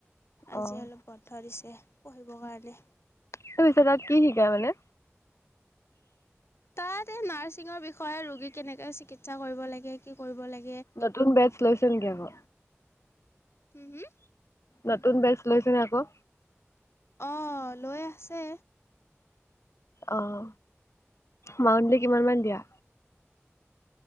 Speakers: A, on the left (about 60°); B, on the left (about 75°).
A: আজি
B: অ'
A: অলপ বন্ধ দিছে পঢ়িবৰ কাৰণে।
B: টিউচনত কি শিকাই মানে
A: তাত এই নাৰ্চিঙৰ বিষয়ে ৰোগী কেনেকে চিকিৎসা কৰিব লাগে কি কৰিব লাগে।
B: নতুন বেচ লৈছে নেকি আকৌ
A: হম হম
B: নতুন বেচ লৈছেনে আকৌ
A: অ লৈ আছে
B: অহ মাউনটো কিমান মান দিয়া